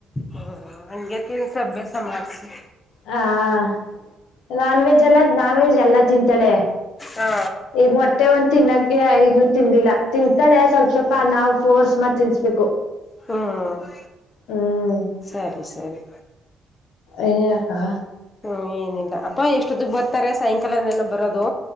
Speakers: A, on the left (about 30°); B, on the left (about 85°).
A: ಹ ಹಂಗಗೆ ತಿನ್ಸ ಅಭ್ಯಾಸ ಮಾಡಸ್ ರೀ
B: ಹ ನಾನ್ ವೆಜ್ ಎಲ್ಲ ನಾನ್ ವೆಜ್ ಎಲ್ಲ ತಿಂತಾನೆ
A: ಹಾ
B: ಈ ಮೊಟ್ಟೆ ಒಂದ ತಿನ್ನಕ್ಕೆೆ ಇನೂರ್ ತಿಂದಿಲ್ಲ ತಿಂತಾಳೆ ಸ್ವಲ್ಪ ಸ್ವಲ್ಪ ನಾವು ಫೋರ್ಸ್ ಮಾಡಿ ತಿನ್ಸ್ಬೇಕು
A: ಹ್ಮ್
B: ಹ್ಮ್
A: ಸರಿ ಸರಿ
B: ಏನಾಕ್ಕಾ
A: ಞ ಏನಿಲ್ಲ ಅಪ್ಪ ಎಷ್ಟೊತ್ತು ಬರ್ತಾರೆ ಸಾಯಂಕಾಲನೆನ ಬರೋದು